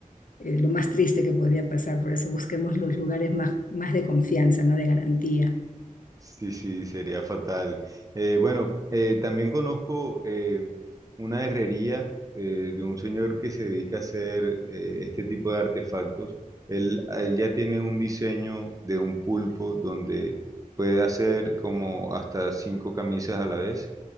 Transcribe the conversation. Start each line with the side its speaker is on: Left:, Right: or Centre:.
Left: eh, lo más triste que podría pasar. Por eso busquemos los lugares más, más de confianza, ¿no? De garantía.
Right: Sí, sí, sería fatal. Eh, bueno, eh, también conozco eh, una herrería eh, de un señor que se dedica a hacer eh, este tipo de artefactos. Él, él ya tiene un diseño de un pulpo donde puede hacer como hasta cinco camisas a la vez